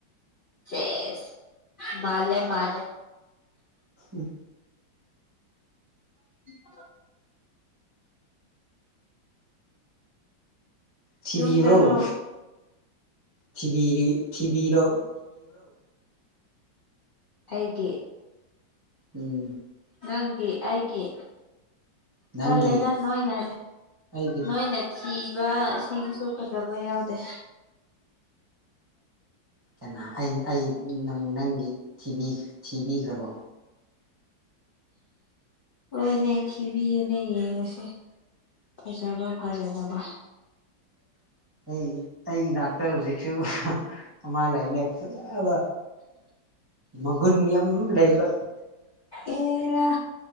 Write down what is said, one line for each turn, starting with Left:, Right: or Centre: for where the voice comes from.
Left: ꯆꯦꯁ ꯃꯥꯂꯦ ꯃꯥꯂꯦ
Right: ꯎꯝ
Left: <unintelligible>
Right: ꯊꯤꯕꯤꯕ꯭ꯔꯣꯣ
Left: ꯌꯨꯝꯗꯔꯣ
Right: ꯊꯤꯕꯤꯕ꯭ꯔꯣ
Left: ꯑꯩꯒꯤ
Right: ꯎꯝ
Left: ꯅꯪꯒꯤ ꯑꯩꯒꯤ
Right: ꯅꯪꯒꯤ
Left: ꯄꯂꯗ ꯅꯣꯏꯅ
Right: ꯑꯩꯒꯤꯗꯤ
Left: ꯅꯣꯏꯅ ꯁꯤꯕ ꯏꯁꯤꯡꯁꯨ ꯐꯖꯕ ꯌꯥꯎꯗꯦ
Right: ꯀꯩꯅ ꯑꯩ ꯅꯪꯒꯤ ꯊꯤꯕꯤꯈ꯭ꯔꯕꯣ
Left: ꯍꯣꯏꯅꯦ ꯊꯤꯕꯤꯌꯨꯅꯦ ꯌꯦꯡꯉꯁꯦ ꯐꯖꯕ ꯐꯖꯗꯕ
Right: ꯑꯩ ꯑꯩ ꯏꯅꯥꯛꯇ ꯍꯧꯖꯤꯛꯁꯨ ꯑꯃ ꯂꯩꯅꯦ ꯐꯖꯕ ꯃꯒꯨꯟ ꯌꯥꯝ ꯂꯩꯕ
Left: ꯑꯦꯔꯥ